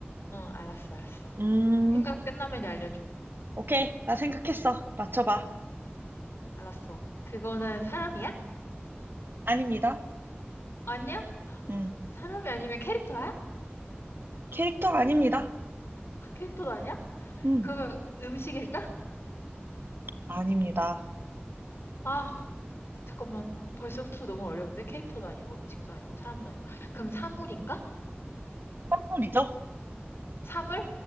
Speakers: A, on the left; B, on the right.
A: 응, 알았어, 알았어.
B: 음,
A: 생각 끝나면 알려줘.
B: 오케이. 나 생각했어. 맞춰봐.
A: 알았어. 그거는 사람이야?
B: 아닙니다.
A: 아니야?
B: 음,
A: 사람이 아니면 캐릭터야?
B: 캐릭터 아닙니다.
A: 아, 캐릭터도 아니야?
B: 음,
A: 그러면 음식일까?
B: 아닙니다.
A: 아, 잠깐만. 벌써부터 너무 어려운데? 캐릭터도 아니고, 음식도 아니고, 사람도 아니고. 그럼 사물인가?
B: 선물이죠?
A: 사물?